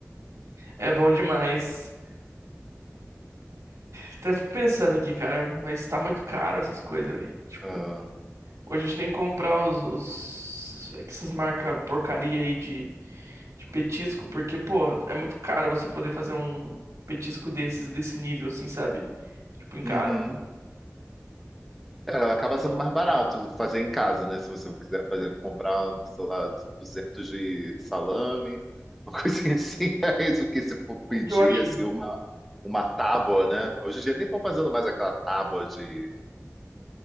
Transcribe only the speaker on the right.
É bom demais. Até fico pensando aqui, cara, mas tá muito caro essas coisas, velho. Tipo,
Ou a gente tem que comprar os, os- essas marcas porcaria aí de, de petisco, porque, pô, é muito caro você poder fazer um petisco desses, desse nível, assim, sabe? Tipo, em
casa.
O
que eu acho.